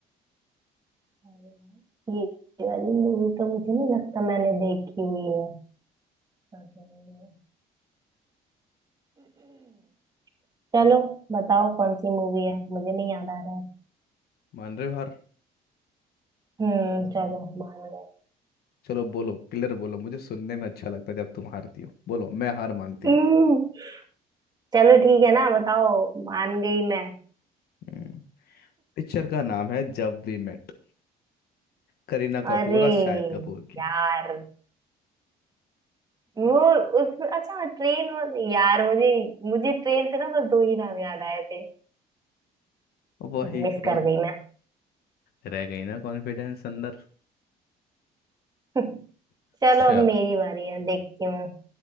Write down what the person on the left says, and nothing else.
मान रहे हो हार
चलो बोलो क्लियर बोलो मुझे सुनने में अच्छा लगता है जब तुम हारती हो बोलो मैं हार मानती
हूँ
हम्म, पिक्चर का नाम है जब वी मेट करीना
कपूर और शाहिद कपूर की
वही
तो
रह गई ना कॉन्फिडेंस अंदर
चल